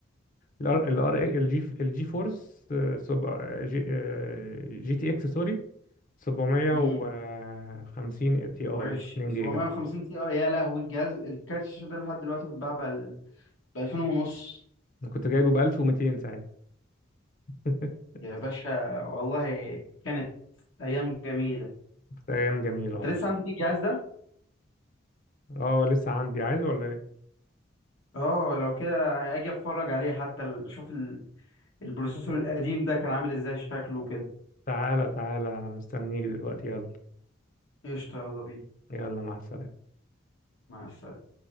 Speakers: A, on the left; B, on the left.
A: الار الجي الجي فورس آه، سب- آه، جي آه، جي تي اكس سوري 750
B: امم
A: تي اي
B: وحش
A: 2
B: 750
A: جيجا
B: تي اه يا لهوي الجهاز الكارت الشاشة ده لحد دلوقتي بيتباع ب 2000 ونص
A: انا كنت جايبه ب 1200 ساعتها <laughs>
B: يا باشا والله كانت ايام جميله
A: كانت ايام جميله
B: انت
A: والله
B: لسه عندك الجهاز ده
A: اه لسه عندي عايز ولا ايه
B: اه لو كده اجي اتفرج عليه حتى ال- اشوف ال- البروسيسور القديم ده كان عامل ازاي شكله كده
A: تعالى تعالى انا مستنيك دلوقتي يلا
B: قشطه يلا بينا
A: يلا مع السلامه
B: مع السلامه